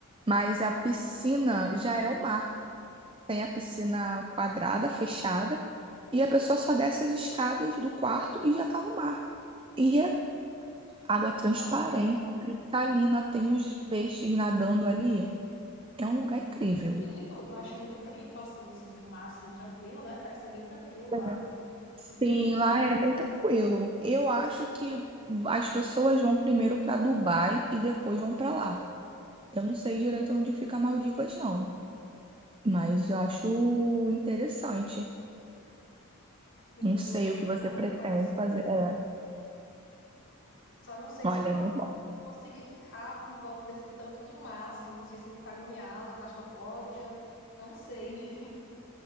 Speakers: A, on the right; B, on the left.
A: mas a piscina já é o mar. Tem a piscina quadrada, fechada, e a pessoa só desce as escadas do quarto e já tá no mar. E é água transparente,
B: nossa.
A: cristalina, tem os peixes nadando ali. É um lugar incrível.
B: Bonito, eu acho muito bonito, assim, o mar, assim, tranquilo, né? Parece ser bem tranquilo lá,
A: É. Sim,
B: e bonito.
A: lá é bem tranquilo. Eu acho que as pessoas vão primeiro para Dubai e depois vão para lá. Eu não sei direito onde fica Maldivas, não, mas eu acho interessante.
B: Depois
A: Não sei
B: eu vou pesquisar,
A: o que você pretende
B: parece...
A: fazer.
B: um-
A: É,
B: Só não sei
A: olha,
B: se eu vou
A: é muito bom.
B: conseguir ficar em volta desse tanto de mar, assim, não sei se eu vou ficar agoniada, claustrofóbica, não sei.